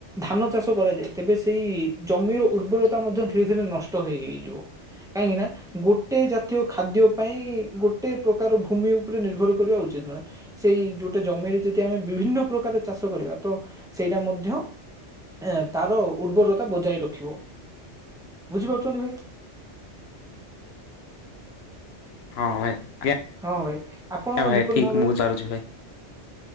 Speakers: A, in the centre; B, on the left (about 65°).
A: ଧାନ ଚାଷ କରାଯାଏ ତେବେ ସେଇ ଜମିର ଉର୍ବରତା ମଧ୍ୟ ଧୀରେ ଧୀରେ ନଷ୍ଟ ହେଇ ହେଇଯିବ କାହିଁକି ନା ଗୋଟ ଗୋଟେ ଜାତୀୟ ଖାଦ୍ୟ ପାଇଁ ଗୋଟେ ପ୍ରକାର ଭୂମି ଉପରେ ନିର୍ଭର କରିବା ଉଚିତ ନୁହେଁ ସେଇ ଯଉ ଗୋଟେ ଜମିରେ ଯଦି ଆମେ ବିଭିନ୍ନ ପ୍ରକାର ଚାଷ କରିବା ତ ସେଇଟା ମଧ୍ୟ ଏ ତାର ଉର୍ବରତା ବଜାଇ ରଖିବ ବୁଝିପାରୁଚନ୍ତି ଭାଇ।
B: <inaudible> ହଁ ଭାଇ ଭାଇ
A: ହଁ ଆପଣ
B: ହଁ
A: ଯେପରି
B: ଠିକ
A: ଭାବରେ
B: ମୁଁଚାରୁଚି ଭାଇ।